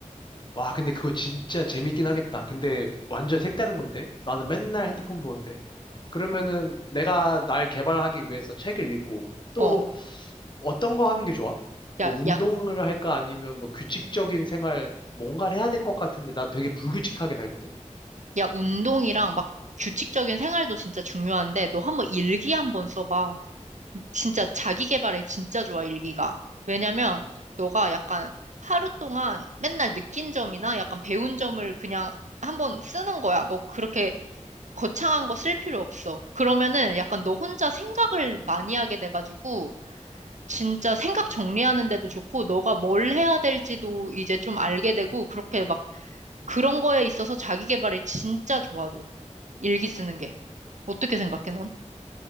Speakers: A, on the left; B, on the right.
A: 와, 근데 그거 진짜 재밌긴 하겠다. 근데 완전 색다른 건데? 나는 맨날 핸드폰 보는데. 그러면은
B: 어,
A: 내가 날 개발하기 위해서 책을 읽고 또
B: 어.
A: 어떤 거 하는 게 좋아? 뭐
B: 야,
A: 운동을
B: 야,
A: 할까? 아니면 뭐 규칙적인 생활, 뭔가를 해야 될 것 같은데 나 되게 불규칙하게 살거든?
B: 야, 운동이랑 막 규칙적인 생활도 진짜 중요한데 너 한번 일기 한번 써봐. 진짜 자기 개발에 진짜 좋아, 일기가. 왜냐면 너가 약간 하루 동안 맨날 느낀 점이나 약간 배운 점을 그냥 한번 쓰는 거야. 뭐 그렇게 거창한 거 쓸 필요 없어. 그러면은 약간 너 혼자 생각을 많이 하게 돼가지고 진짜 생각 정리하는 데도 좋고 너가 뭘 해야 될지도 이제 좀 알게 되고 그렇게 막 그런 거에 있어서 자기 개발에 진짜 좋아져. 일기 쓰는 게. 어떻게 생각해, 넌?